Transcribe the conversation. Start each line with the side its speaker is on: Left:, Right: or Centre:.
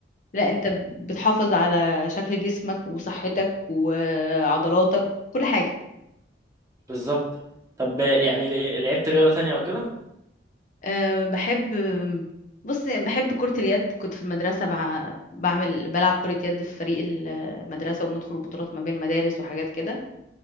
Left: لا انت بتحافظ على شكل جسمك وصحتك وعضلاتك كل حاجة
Right: بالظبط طب يعني ل- لعبت رياضة تانية او كده؟
Left: أه بحب بص بحب كرة اليد كنت في المدرسة بع... بعمل بلعب كرة يد في فريق المدرسة وبندخل بطولات ما بين المدارس وحاجات كده